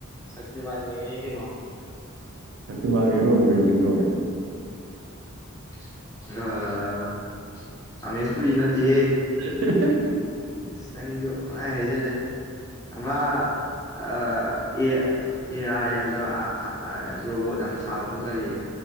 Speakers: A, on the left; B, on the right.
A: ꯁꯛꯇꯤꯃꯥꯟ ꯌꯦꯡꯉꯛꯏ ꯀꯩꯅꯣ
B: ꯁꯛꯇꯤꯃꯥꯟꯒꯤ ꯍꯦꯔꯣꯗꯣ ꯀꯩꯃꯤꯡ ꯀꯧꯒꯦ
A: <unintelligible> ꯑꯃꯃꯦꯁ ꯄꯨꯔꯤ ꯅꯠꯇꯦꯍꯦ
B: ꯍꯤ ꯍꯤ
A: ꯏꯁ ꯅꯪꯖꯨ ꯄꯪꯍꯥꯏ ꯍꯥꯢꯖꯜꯂꯦ ꯑꯃ ꯑ ꯑꯦ ꯑꯦ ꯑꯥꯢ ꯍꯥꯢ ꯔ ꯑ ꯑ ꯑ ꯔꯣꯕꯣꯠ ꯌꯥꯝ ꯁꯥꯕꯗꯣ ꯀꯔꯤꯕ